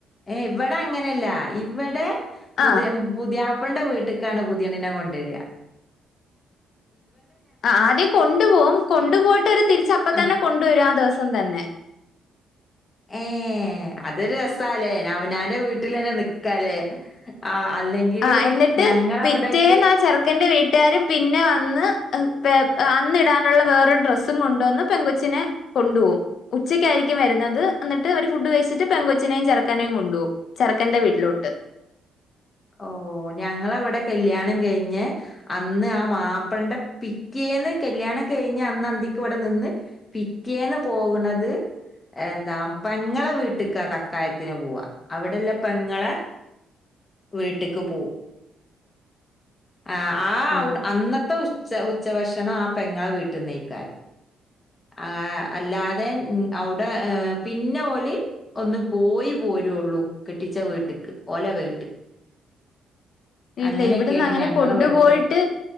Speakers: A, on the left; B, on the left.
A: ഏ ഇവിടെ അങ്ങനെയല്ല ഇവിടെ പുതിയം
B: ആ
A: പുതിയാ ഇവന്റെ വീട്ടിക്കാണ് പുതിയണ്ണിനെ കൊണ്ടെരാ
B: ആ ആദ്യം കൊണ്ടു പോവും കൊണ്ടുപോയിട്ട് ഓര് തിരിച്ച് അപ്പതന്നെ
A: ആ
B: കൊണ്ടുവരും ആ ദിവസം ത്തം തന്നെ
A: ഏ അതൊരു രസാല്ലേ അവനാന്റെ വീട്ടിലന്നെ നിക്കാലേ ആ അല്ലെങ്കില്
B: ആ എന്നിട്ട്
A: ഞങ്ങളവിടൊക്കെ
B: പിറ്റേന്നാ ചെർക്കന്റെ വീ ട്ടാര് പിന്നെ വന്ന് പെ അന്ന് ഇടാനുള്ള വേറൊരു ഡ്രെസ്സും കൊണ്ടൊന്ന് പെൺങ്കൊച്ചിനെ കൊണ്ടുപോവും ഉച്ചക്കായിരിക്കും വരുന്നത് എന്നിട്ട് ഇവര് ഫുഡ് കഴിച്ചിട്ട് പെൺങ്കൊച്ചിനെയും ചെറുക്കനെയും കൊണ്ടോവും ചെറുക്കന്റെ വീട്ടിലോട്ട്
A: ഓ ഞങ്ങളിവിടെ കല്യാണം കയിഞ്ഞെ അന്ന് ആ മാപ്പിൾന്റെ പിറ്റേന്ന് കല്യാണം കയിഞ്ഞ് അന്ന് അന്തിക്ക് ഇവിടെ നിന്ന് പിറ്റേന്ന് പോവ്ണത് എന്താ പെങ്ങളെ വീട്ട്ക്കാ തക്കായത്തിന് പോവാ അവിടെ ഇള്ള പെങ്ങളെ വീട്ട്ക്ക് പോവും ആ ആ
B: ആഹ്
A: അവുടെ അന്ന് ത്തു ഉച്ച ഉച്ചഭക്ഷണാ പെങ്ങളെ വീട്ടിന്നെയ്ക്കാരം ആ അല്ലാതെ അവുടെ പിന്നെ ഓല് ഒന്ന് പോയി പോരൊള്ളൂ കെട്ടിച്ച വീട്ട്ക്ക് ഓലെ വീ
B: ഇല്ല
A: അങ്ങനെയൊക്കെയാണ്
B: ഇവിടുന്ന് അങ്ങനെ
A: ഞങ്ങളെ
B: കൊണ്ടുപോയിട്ട്
A: ഇവിടുത്തെ